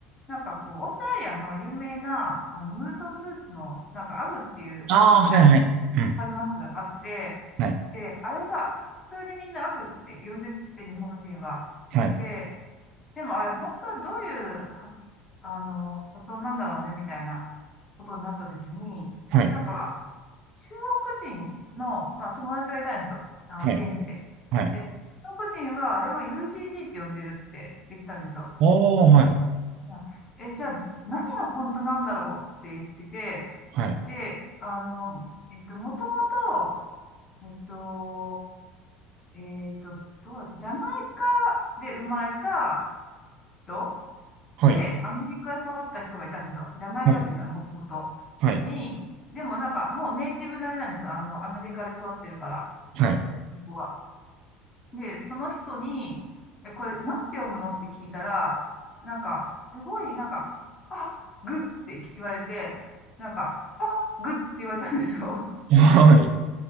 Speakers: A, on the left; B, on the right.
A: なんかこう、オーストラリアの有名な、あの、ムートンブーツの、なんか、アグっていう、
B: ああ、
A: なんか、
B: はい、はい。うん。
A: ありますあって、
B: はい。
A: で、あれが、普通にみんなアグって呼んでて、日本人は。
B: はい。
A: で、でもあれ、本当はどういうは、あの、発音なんだろうね、みたいなことになった時に、
B: はい。
A: なんか、中国人の、まあ、友達がいたんですよ。あの、
B: はい。
A: 現地で。
B: はい。
A: で、中国人はあれを UGG って呼んでるって言ったんですよ。
B: おー、はい。
A: うんえ、じゃあ、何が本当なんだろうって言ってて、
B: はい。
A: で、あの、えっと、もともと、えっと、えっと、どうだったジャマイカで生まれた人
B: はい。
A: で、アメリカで育った人がいたんですよ。ジャマイカ人がもともと。
B: はい。はい。
A: に、でもなんかもうネイティブ並みなんですよ。あの、アメリカで育ってるから、
B: は
A: 英は。で、その人に、え、これなんて読むのって聞いたら、なんか、すごい、なんか、あ、グって言われて、なんか、あ、グって言われたんですよ。
B: い。